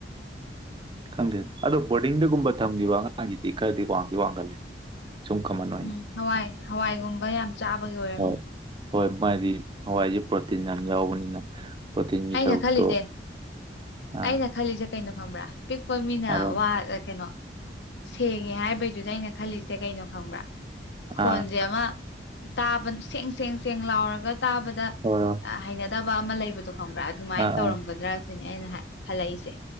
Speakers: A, on the right (about 25°); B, on the left (about 80°).
A: ꯈꯪꯗꯦ ꯑꯗꯣ ꯕꯣꯔꯗꯤꯡꯗꯒꯨꯝꯕ ꯊꯝꯈꯤꯕ ꯑꯉꯥꯡꯒꯤꯗꯤ ꯈꯔꯗꯤ ꯋꯥꯡꯗꯤ ꯋꯥꯡꯒꯜꯂꯦ ꯁꯨꯝ ꯀꯃꯟ ꯑꯣꯏꯅ
B: ꯎꯝ ꯍꯋꯥꯏ ꯍꯋꯥꯏꯒꯨꯝꯕ ꯌꯥꯝ ꯆꯥꯕꯒꯤ ꯑꯣꯏꯔꯝꯅꯤ
A: ꯍꯣꯏ ꯍꯣꯏ ꯃꯗꯤ ꯍ ꯑꯩꯁꯦ ꯄ꯭ꯔꯣꯇꯤꯟ ꯌꯥꯝ ꯌꯥꯎꯕꯅꯤꯅ ꯄ꯭ꯔꯣꯇꯤꯟꯒꯤ
B: ꯑꯩꯅ
A: ꯁꯔꯨꯛꯇꯣ
B: ꯈꯜꯂꯤꯁꯦ
A: ꯑꯥ
B: ꯑꯩꯅ ꯈꯜꯂꯤꯁꯦ ꯀꯩꯅꯣ ꯈꯪꯕ꯭ꯔꯥ ꯄꯤꯛꯄ ꯃꯤꯅ
A: ꯍꯥꯏꯔꯣ
B: ꯋꯥ ꯀꯩꯅꯣ ꯁꯦꯡꯉꯦ ꯍꯥꯏꯕꯩꯗꯨꯗ ꯑꯩꯅ ꯈꯜꯂꯤꯁꯦ ꯀꯩꯅꯣ ꯈꯪꯕ꯭ꯔꯥ ꯈꯣꯟꯁꯦ
A: ꯑꯥ
B: ꯑꯃ ꯇꯥꯕ ꯁꯦꯡ ꯁꯦꯡ ꯁꯦꯡ ꯂꯥꯎꯔꯒ ꯇꯥꯕꯗ
A: ꯍꯣꯏ ꯍꯣꯏ
B: ꯍꯩꯅꯗꯕ ꯑꯃ ꯂꯩꯕꯗꯣ ꯈꯪꯕ꯭ꯔꯥ ꯑꯗꯨꯃꯥꯏꯅ
A: ꯑꯥ
B: ꯇꯧꯔꯝꯒꯗ꯭ꯔꯥ
A: ꯑꯥ
B: ꯁꯤꯅꯦ ꯑꯩꯅ ꯈꯜꯂꯛꯏꯁꯦ